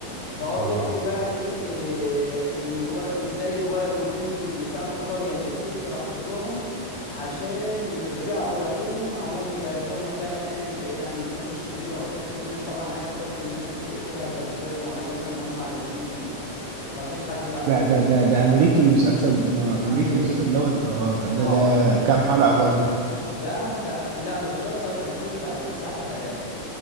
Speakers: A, on the left; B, on the right.
A: فهو بيحكي
B: اه
A: بقى ايه, إيه ان الول... ازاي الولد والبنت دول بيساعدوا القرية اللي الست راحت لهم عشان يرجعوا لابوهم ابوهم مجهز لهم مكان امن بعيد عن الناس الشريرة وهكذا في ناس طبعا عايزة تاخد الناس دي تقتلها لاسباب معينة ان هم عايزين ما فيش حد يبقى احسن
B: ده ده
A: منهم
B: ده ده
A: وهكذا
B: امريكي المسلسل ده
A: امريكي
B: امريكي المسلسل ده ولا- اه ده
A: اه
B: ده
A: امريكي
B: كام حلقه برضه
A: ده تق... لا بس ده قصير كان ست او تسع حلقات